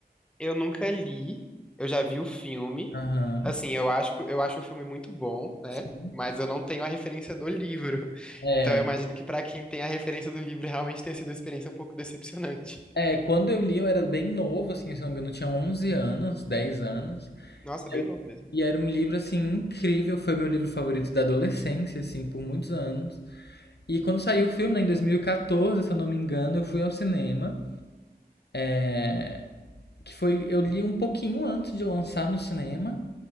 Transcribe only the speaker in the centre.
Eu nunca li, eu já vi o filme.
Assim, eu acho, que- eu acho o filme muito bom, né?
Mas eu não tenho a referência do livro. <laughs>
Então eu imagino que pra quem tem a referência do livro realmente tenha sido uma experiência um pouco decepcionante.
Nossa, bem
novo mesmo.